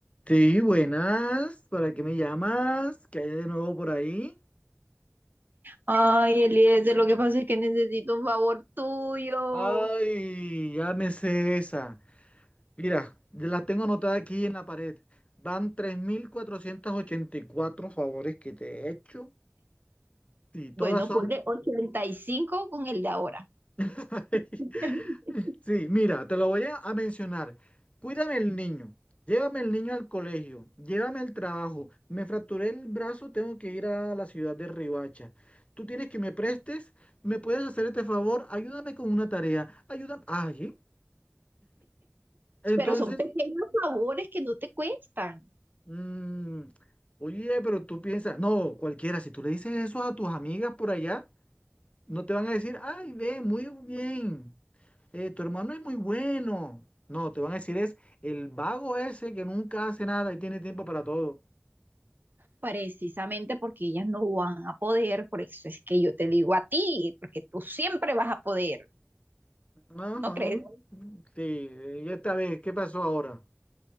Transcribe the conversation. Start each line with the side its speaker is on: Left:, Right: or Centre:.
Left: Sí, buenas. ¿Para qué me llamas? ¿Qué hay de nuevo por ahí?
Right: Ay, Eliezer, lo que pasa es que necesito un favor tuyo.
Left: Ay, ya me sé esa. Mira, la tengo anotada aquí en la pared. Van 3.484 favores que te he hecho y todas
Right: Bueno,
Left: son
Right: ponle 85 con el de ahora.
Left: <laughs>
Right: <laughs>
Left: Sí, mira, te lo voy a, a mencionar. Cuídame el niño, llévame el niño al colegio, llévame al trabajo. Me fracturé el brazo, tengo que ir a la ciudad de Ribacha. Tú tienes que me prestes, me puedes hacer este favor, ayúdame con una tarea, ayúdame. Ay, entonces,
Right: Pero son pequeños favores que no te cuestan.
Left: mm, oye, pero tú piensas, no, cualquiera, si tú le dices eso a tus amigas por allá, no te van a decir, ay, ve, muy bien. eh, tu hermano es muy bueno. No, te van a decir es el vago ese que nunca hace nada y tiene tiempo para todo.
Right: Precisamente porque ellas no van a poder, por eso es que yo te digo a ti, porque tú siempre vas a poder,
Left: Ajá.
Right: ¿no crees?
Left: Sí, eh, y esta vez, ¿qué pasó ahora?